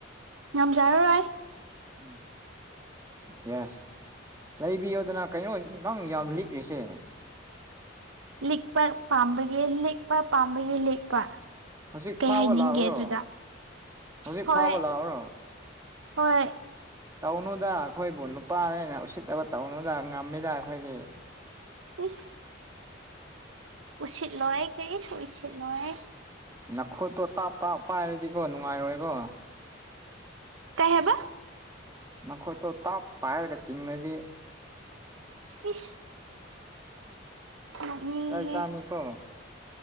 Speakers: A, on the right (about 85°); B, on the right (about 15°).
A: ꯉꯝꯖꯔꯔꯣꯏ
B: ꯎꯝ ꯌꯦꯁ ꯂꯩꯕꯤꯌꯣꯗꯅ ꯀꯩꯅꯣ ꯅꯪ ꯌꯥꯝ ꯂꯤꯛꯂꯤꯁꯦ
A: ꯂꯤꯛꯄ ꯄꯥꯝꯕꯒꯤ ꯂꯤꯛꯄ ꯄꯥꯝꯕꯒꯤ ꯂꯤꯛꯄ
B: ꯍꯧꯖꯤꯛ
A: ꯀꯩ
B: ꯐꯥꯕ
A: ꯍꯥꯏꯅꯤꯡꯒꯦ
B: ꯂꯥꯛꯎꯔꯣ
A: ꯑꯗꯨꯗ
B: ꯍꯧꯖꯤꯛ
A: ꯍꯣꯏ
B: ꯐꯥꯕ ꯂꯥꯛꯎꯔꯣ
A: ꯍꯣꯏ
B: ꯇꯧꯅꯨꯗ ꯑꯩꯈꯣꯏꯕꯨ ꯅꯨꯄꯥꯅꯦꯅ ꯎꯁꯤꯠꯇꯕ ꯇꯧꯅꯨꯗ ꯉꯝꯃꯤꯗ ꯑꯩꯈꯣꯏꯗꯤ
A: ꯏꯁ ꯎꯁꯤꯠꯂꯣꯏ ꯀꯔꯤꯁꯨ ꯎꯏꯁꯤꯠꯂꯣꯏ
B: ꯅꯈꯨꯠꯇꯣ ꯇꯥꯞ ꯇꯥꯞ ꯄꯥꯏꯔꯗꯤꯀꯣ ꯅꯨꯡꯉꯥꯏꯔꯣꯏꯀꯣ
A: ꯀꯩ ꯍꯥꯢꯕ
B: ꯅꯈꯨꯠꯇꯣ ꯇꯥꯞ ꯄꯥꯏꯔꯒ ꯆꯤꯡꯉꯗꯤ
A: ꯢꯁ ꯅꯣꯛꯅꯤꯡꯉꯤꯍꯦ
B: ꯆꯩ ꯆꯅꯤꯀꯣ